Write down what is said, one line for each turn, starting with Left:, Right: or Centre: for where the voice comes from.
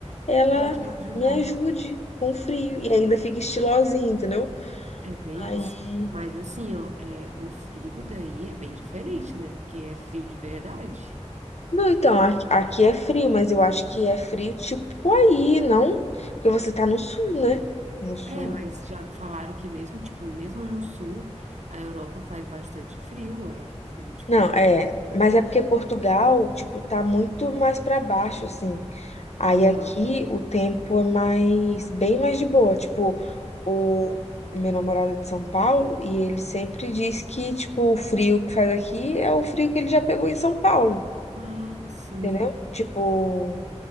Left: ela
Right: Vai te ajudar.
Left: me ajude com o frio e ainda fica estilosinha, entendeu?
Right: É bem
Left: Aí.
Right: isso. Mas assim, ó, é, o frio daí é bem diferente, né? Porque é frio de verdade.
Left: Não, então, aqui, aqui é frio, mas eu acho que é frio tipo aí, não? Porque você tá no sul, né? No sul.
Right: É, mas já falaram que mesmo, tipo, mesmo no sul, a Europa faz bastante frio, é frio, tipo.
Left: Não, é, mas é porque Portugal, tipo, tá muito mais pra baixo, assim. Aí
Right: Aham.
Left: aqui o tempo é mais, bem mais de boa. Tipo, o meu namorado é de São Paulo e ele sempre diz que, tipo, o frio que faz aqui é o frio que ele já pegou em São Paulo,
Right: Ah, sim.
Left: entendeu? Tipo,